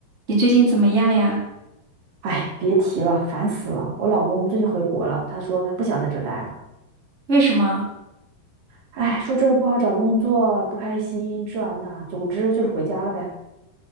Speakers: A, on the right; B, on the right.
A: 你最近怎么样呀？
B: 哎，别提了，烦死了！我老公最近回国了，他说他不想在这儿待了。
A: 为什么？
B: 哎，说这儿不好找工作，不开心，这那，总之就是回家了呗。